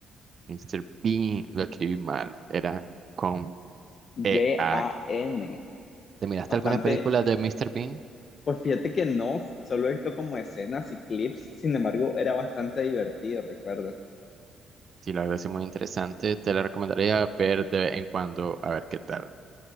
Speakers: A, on the right; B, on the left.
A: Mr. Bean, lo escribí mal, era con
B: B-A-N.
A: EA. ¿Te miraste
B: Bastante.
A: alguna película de Mr. Bean?
B: Pues fíjate que no, solo he visto como escenas y clips. Sin embargo, era bastante divertido, ¿recuerdas?
A: Sí, la verdad es muy interesante, te la recomendaría ver de vez en cuando, a ver qué tal.